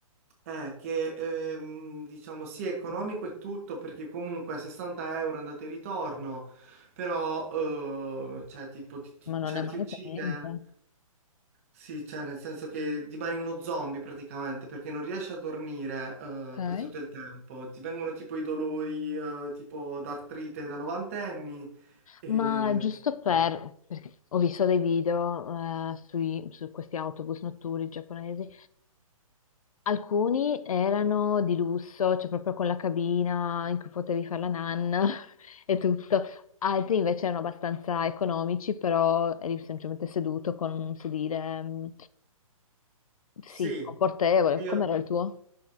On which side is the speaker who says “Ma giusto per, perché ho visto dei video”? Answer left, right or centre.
Left